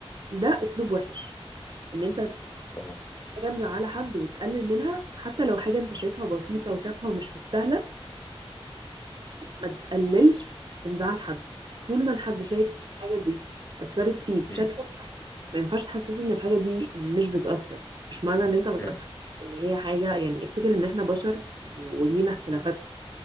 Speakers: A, on the right; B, on the left.
A: ده اسلوب وحش ان انت
B: اه
A: حاجه مزعله حد وتقلل منها حتى لو حاجه انت شايفها بسيطه وتافهه ومش مستاهله ما تقللش من زعل حد طول ما الحد شايف ان الحاجه دي اثرت فيه بشكل
B: امم
A: ما ما ينفعش تحسسه ان الحاجه دي مش بتاثر مش معنى ان انت ما تاثرش
B: مم.
A: ان هي حاجه يعني افتكر ان احنا بشر ولينا اختلافات
B: مم.